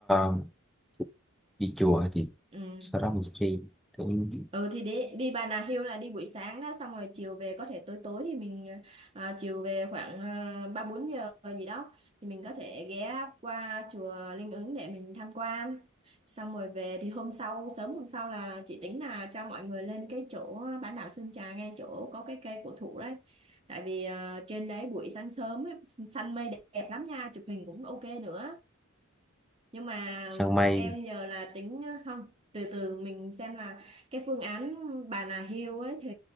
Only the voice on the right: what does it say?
ừ
Ừ thì đi đi Bà Nà Hills là đi buổi sáng đó xong rồi chiều về có thể tối tối thì mình à, chiều về khoảng à, ba bốn giờ gì đó thì mình có thể ghé qua chùa Linh Ứng để mình tham quan xong rồi về thì hôm sau sớm hôm sau là chị tính là cho mọi người lên cái chỗ bán đảo Sơn Trà ngay chỗ có cái cây cổ thụ đấy tại vì à, trên đấy buổi sáng sớm ấy, xanh mây đẹp lắm nha chụp hình cũng ok nữa nhưng mà
em nhờ là tính không từ từ mình xem là cái phương án Bà Nà Hill ấy thì